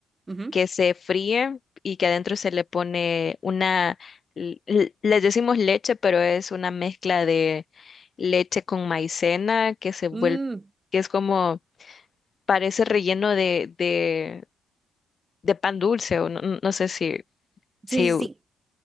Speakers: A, on the right; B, on the left.
A: Ujú.
B: que se fríe y que adentro se le pone una, l- l- les decimos leche, pero es una mezcla de leche con maicena que se vuelve,
A: Mm,
B: que es como, parece relleno de, de, de pan dulce, o no, no no sé si, si
A: sí, sí, sí.